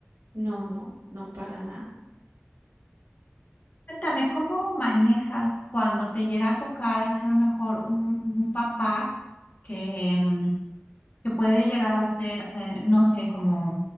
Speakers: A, on the right; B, on the left.
A: no, no, no para nada.
B: Cuéntame, ¿cómo manejas cuando te llega a tocar hacer a lo mejor un, un papá que, mm, que puede llegar a ser, eh, no sé, como